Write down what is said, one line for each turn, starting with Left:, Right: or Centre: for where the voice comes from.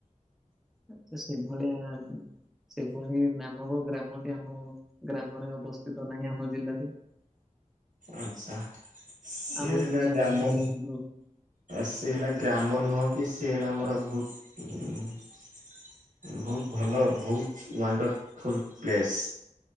Centre: ଆଚ୍ଛା ସେଇଭଳିଆ ନା ସେଭଳି ନାମକ ଗ୍ରାମଟି ଆମ ଗ୍ରାମରେ ଅବସ୍ଥିତ ନାହିଁ ଆମ ଜିଲ୍ଲାରେ <unintelligible>
Right: ଆଚ୍ଛା ସିଏ
Centre: ଆମ
Right: ହେଲା
Centre: ଜିଲ୍ଲା
Right: ଗ୍ରାମ
Centre: ବାହାରେ କିନ୍ତୁ
Right: ସେ ହେଲା ଗ୍ରାମ ନୁହଁ କି ସେ ହେଲା ଆମର ବହୁତ ବହୁତ ଭଲ ବହୁତ ୱାଣ୍ଡରଫୁଲ ପ୍ଲେସ।